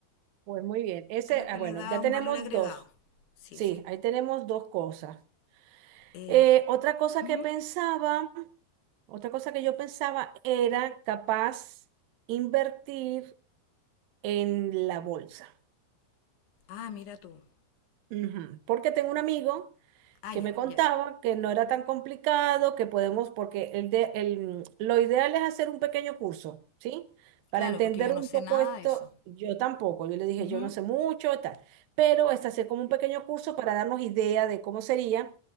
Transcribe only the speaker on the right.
Pues muy bien. Ese,
ah, bueno,
ya
tenemos
dos.
Sí,
ahí tenemos dos cosas.
Eh, otra cosa
que pensaba, otra cosa que yo pensaba era capaz invertir en la bolsa.
Ujú. Porque tengo un amigo.
que
me contaba
que no era tan complicado, que podemos, porque el de, el, lo ideal es hacer un pequeño curso, ¿sí? Para
entender
un
poco
esto,
yo tampoco, yo le dije,
yo no sé mucho, tal, pero es hacer como un pequeño curso para darnos idea de cómo sería.